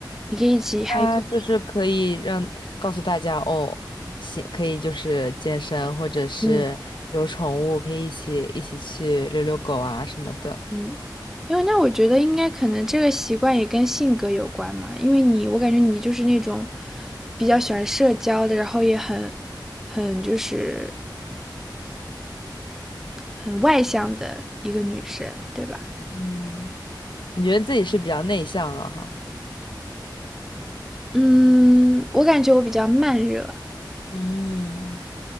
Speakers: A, in the centre; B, on the left.
A: 你可以一起，还可以，
B: 那就是可以让告诉大家哦，行，可以就是健身，或者是有宠物，
A: 嗯
B: 可以一起一起去遛遛狗啊什么的。
A: 嗯，因为那我觉得应该可能这个习惯也跟性格有关嘛，因为你，我感觉你就是那种比较喜欢社交的，然后也很很就是很外向的一个女生，对吧？
B: 嗯，你觉得自己是比较内向了哈？
A: 嗯，我感觉我比较慢热，
B: 嗯，